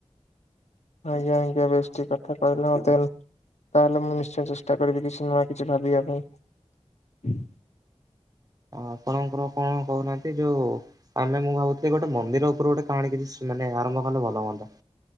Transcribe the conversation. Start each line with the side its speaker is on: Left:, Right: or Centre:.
Left: ଆଜ୍ଞା ଆଜ୍ଞା ବେଷ୍ଟି କଥା କହିଲ ମତେ। ତାହେଲେ ମୁଁ ନିଶ୍ଚୟ ଚେଷ୍ଟା କରିବି କିଛି ନୂଆ କିଛି ଭାବିବା ପାଇଁ।
Right: ଆପଣଙ୍କର କଣ କହୁନାହାନ୍ତି ଯୋଉ ଆମେ ମୁଁ ଭାବଥିଲି ଗୋଟେ ମନ୍ଦିର ଉପରୁ ଗୋଟେ କାହାୀ କିଛି ମାନେ ଆରମ୍ଭ କଲେ ଭଲ ହୁଅନ୍ତା।